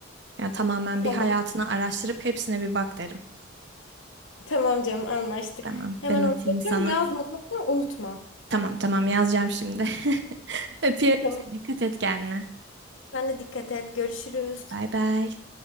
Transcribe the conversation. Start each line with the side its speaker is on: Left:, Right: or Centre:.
Right: Yani tamamen
Left: Tamam.
Right: bir hayatını araştırıp hepsine bir bak derim.
Left: Tamam canım anlaştık.
Right: Tamam
Left: Hemen
Right: ben atayım
Left: onu bakıyorum.
Right: sana.
Left: Yaz mutlaka unutma.
Right: Tamam tamam yazacağım şimdi. <laughs> Öpüyorum
Left: Tamam.
Right: seni. Dikkat et kendine.
Left: Sen de dikkat et. Görüşürüz.
Right: Bay bay.